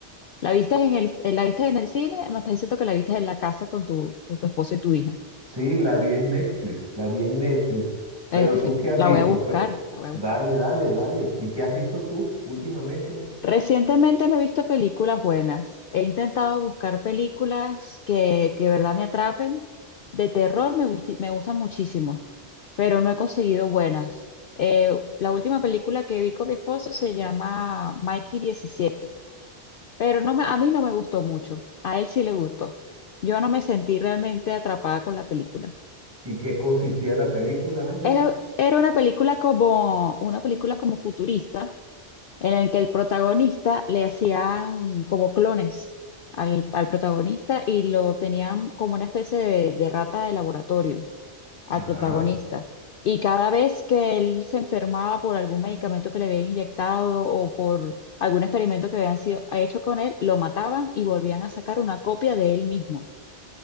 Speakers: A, on the left; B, on the right.
A: ¿La viste en el, eh, la viste en el cine? Me estás diciendo que la viste en la casa con tu, con tu esposo y tu hija.
B: Sí, la vi en Netflix, la vi en Netflix.
A: Perfecto.
B: Pero tú qué has
A: La
B: visto?
A: voy a buscar,
B: Pe-
A: la voy a
B: Dale,
A: buscar.
B: dale, dale. ¿Y qué has visto tú últimamente?
A: Recientemente no he visto películas buenas. He intentado buscar películas que, que de verdad me atrapen. De terror me gusti- me gustan muchísimo, pero no he conseguido buenas. Eh, la última película que vi con mi esposo se llama Mikey diecisiete, pero no me- a mí no me gustó mucho. A él sí le gustó. Yo no me sentí realmente atrapada con la película.
B: ¿Y qué consistía la película, Ángeles?
A: Era, era una película como, una película como futurista en el que el protagonista le hacían como clones al, al protagonista y lo tenían como una especie de, de rata de laboratorio al
B: Ajá.
A: protagonista. Y cada vez que él se enfermaba por algún medicamento que le habían inyectado o por algún experimento que habían sido hecho con él, lo mataban y volvían a sacar una copia de él mismo.